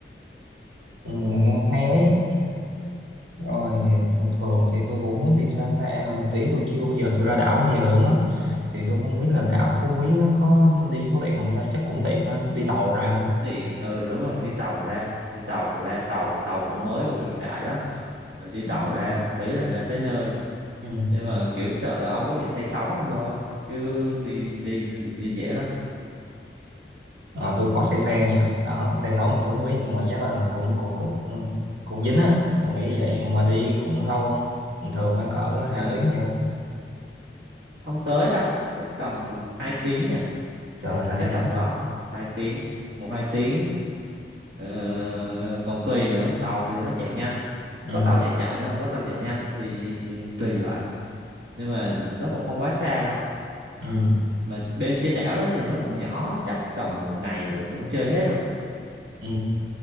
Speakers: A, on the right; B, on the right.
A: Ừ, nghe hay ấy rồi thường thường thì tôi cũng muốn đi xa xa một tí tôi chưa bao giờ tôi ra đảo bây giờ luôn á thì tôi không biết là đảo
B: Ờ,
A: Phú Quý nó có đi có tiện không ta chắc cũng tiện ha đi tàu ra hả
B: tiện ừ đúng rồi đi tàu ra đi tàu ra tàu tàu cũng mới cũng hiện đại lắm mình đi tàu
A: ừ.
B: ra một tí là ra tới nơi
A: Ừ.
B: nhưng mà kiểu sợ là ông có bị say sóng không thôi chứ đi đi đi, đi dễ lắm
A: Ờ, tôi có xe xe nha đó xe sáu mà tôi không
B: ừ.
A: biết nhưng mà chắc là cũng cũng cũng ừ, cũng dính á tôi nghĩ vậy mà đi cũng lâu không Bình thường khoảng cỡ
B: Ờ,
A: hai ba tiếng nhiều
B: không tới đâu chắc tầm hai tiếng nha
A: trời
B: cái
A: ơi, hai
B: cái
A: tiếng
B: tầm đó một hai tiếng một hai tiếng Ờ, còn tùy nữa tàu thì nó chạy nhanh
A: <laughs>
B: có
A: ừ.
B: tàu chạy chậm nhưng mà có tàu chạy nhanh thì tùy loại nhưng mà nó cũng không quá xa đâu
A: Ừ.
B: mà bên trên đảo đó thì nó cũng nhỏ chắc tầm một ngày là cũng chơi hết rồi
A: Ừ.